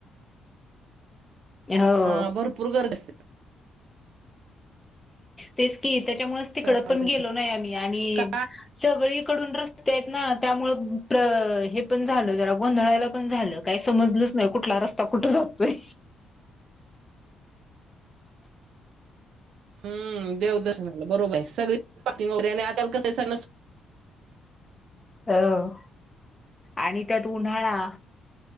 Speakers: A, on the left; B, on the right.
A: हो
B: हा भरपूर गर्दी असते <unintelligible>
A: तेच की त्याच्यामुळेच तिकड
B: चालतंय
A: पण गेलो नाही आम्ही आणि
B: काय
A: सगळीकडून रस्ते आहेत ना त्यामुळ हे पण झालं जरा गोंधळायला पण झालं काही समजलच नाही कुठला रस्ता कुठ जातोय
B: हम्म देवदर्शनाला बरोबर आहे सगळे पार्किंग आणि आता कसं आहे सणसूतीचे
A: अह आणि त्यात उन्हाळा